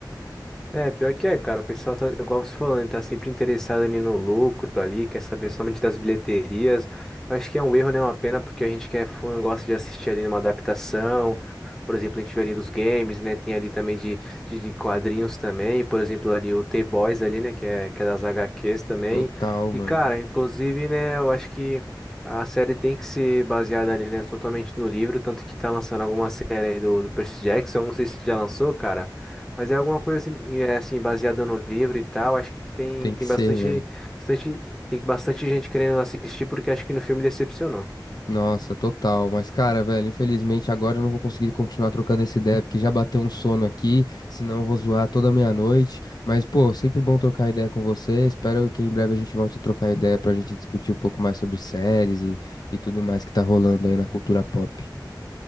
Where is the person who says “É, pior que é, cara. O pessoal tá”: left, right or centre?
Centre